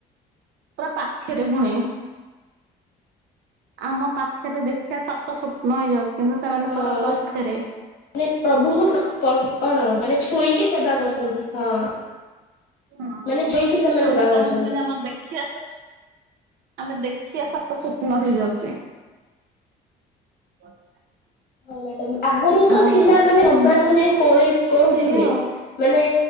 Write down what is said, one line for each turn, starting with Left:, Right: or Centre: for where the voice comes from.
Right: ପୁରା ପାଖରେ ପୁଣି। ଆମ ପାଖରେ ଦେଖିବା ସାତ ସ୍ୱପ୍ନ ହେଇଯାଉଛି, କିନ୍ତୁ ସେମାନେ
Left: ହଁ
Right: ପରା
Left: ମାନେ
Right: ପାଖରେ
Left: ମାନେ ପ୍ରଭୁଙ୍କୁ ପ୍ର-ପ୍ର କଣ ମାନେ ଛୁଇଁକି ସେବା କରୁଛନ୍ତି, ହଁ।
Right: ହ
Left: ମାନେ ଛୁଇଁକି ସେମାନେ ସେବା
Right: ଆମ ଗାଁ
Left: କରୁଛନ୍ତି।
Right: କୁ କହିଲେ ଆମକୁ ଦେଖି ଆସ। ଆମେ ଦେଖିବା ସାତ ସ୍ୱପ୍ନ ହେଇଯାଉଛି। <unintelligible>
Left: ହଁ ମ୍ୟାଡ଼ମ୍। ଆଗରୁ ତ
Right: ଆଉ
Left: ଥିଲା ମାନେ ଭଗବାନଙ୍କୁ ଯାଇ କୋଳେଇ କୋ,
Right: ସେଇଆ ଆଉ।
Left: ମାନେ